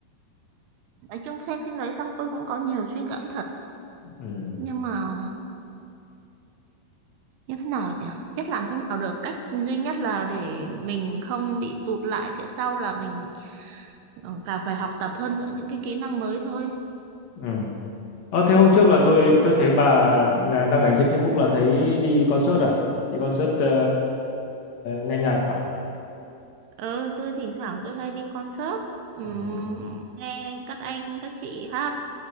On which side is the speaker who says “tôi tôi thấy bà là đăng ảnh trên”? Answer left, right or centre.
Left